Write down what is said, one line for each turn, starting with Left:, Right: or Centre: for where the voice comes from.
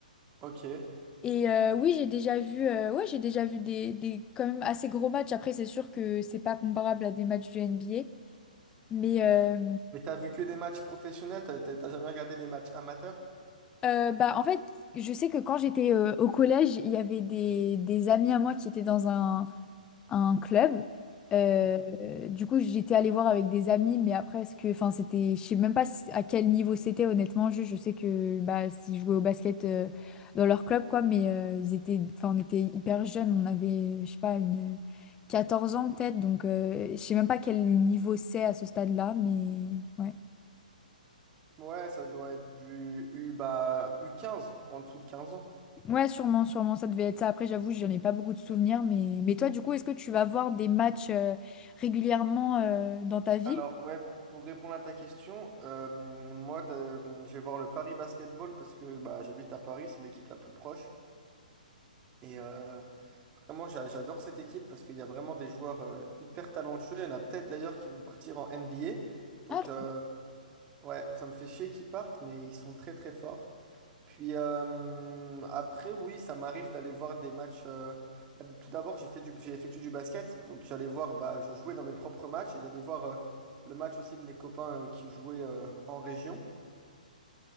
Right: Ok.
Left: Et euh, oui, j'ai déjà vu, euh, ouais, j'ai déjà vu des, des quand même assez gros matchs. Après, c'est sûr que c'est pas comparable à des matchs du NBA. Mais euh,
Right: Mais t'as vu que des matchs professionnels, t'as t'as- t'as jamais regardé des matchs amateurs?
Left: euh, bah, en fait, je sais que quand j'étais euh, au collège, il y avait des, des amis à moi qui étaient dans un, un club. Euh,
Right: Mhm.
Left: du coup, j'étais allée voir avec des amis, mais après, ce que, enfin, c'était, je sais même pas si- à quel niveau c'était, honnêtement. Je, je sais que bah, s'ils jouaient au basket euh, dans leur club, quoi, mais euh, ils étaient, enfin, on était hyper jeunes, on avait, je sais pas, une 14 ans peut-être, donc euh, je sais même pas quel niveau c'est à ce stade-là, mais ouais.
Right: Ouais, ça doit être du U, bah, u quinze en dessous de 15 ans.
Left: Ouais, sûrement, sûrement, ça devait être ça. Après, j'avoue, j'en ai pas beaucoup de souvenirs, mais, mais toi, du coup, est-ce que tu vas voir des matchs euh, régulièrement euh, dans ta ville?
Right: Alors, ouais, pour répondre à ta question, euh, moi, de- je vais voir le Paris Basketball parce que bah, j'habite à Paris, c'est l'équipe la plus proche. Et euh, vraiment, j'a- j'adore cette équipe parce qu'il y a vraiment des joueurs euh, hyper talentueux. Il y en a peut-être d'ailleurs qui vont partir en NBA. Donc,
Left: Ah,
Right: euh, ouais, ça me fait chier qu'ils partent, mais ils sont très très forts. Puis euh, après, oui, ça m'arrive d'aller voir des matchs. euh, bah, tout d'abord, j'ai fait du, j'ai effectué du basket. Donc j'allais voir, bah, je jouais dans mes propres matchs et j'allais voir euh, le match aussi de mes copains euh, qui jouaient euh, en région.